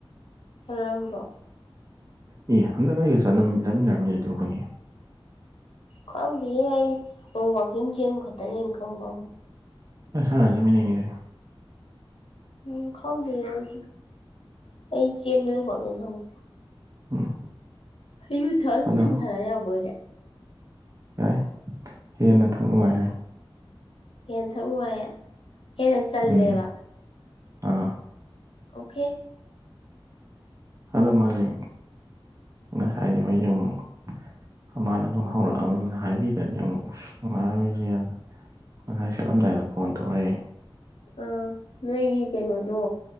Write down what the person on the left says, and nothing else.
ꯁꯥꯟꯅꯔꯝꯕ꯭ꯔꯣ
ꯈꯪꯗꯦꯍꯦ ꯑꯩ ꯑꯣ ꯋꯥꯀꯤꯡ ꯆꯦꯟꯕ ꯈꯛꯇꯅꯤ ꯑꯩꯅ ꯈꯪꯕꯕꯨ
ꯎꯝ ꯈꯪꯗꯦ ꯑꯗꯨꯗꯤ ꯑꯩ ꯆꯦꯟꯕꯗꯨ ꯈꯛꯅꯤ ꯈꯪꯕ
ꯌꯨ ꯊꯛꯑꯖꯨ
ꯖꯤꯝ ꯁꯥꯟꯅ ꯌꯥꯕꯣꯏꯔꯦ
ꯍꯦꯟꯅ ꯊꯛ ꯅꯨꯡꯉꯥꯏꯌꯦ ꯍꯦꯟꯅ ꯆꯜꯂꯦꯕ
ꯑꯣꯀꯦ
ꯑꯥ ꯅꯣꯏꯒꯤ ꯀꯩꯅꯣꯗꯣ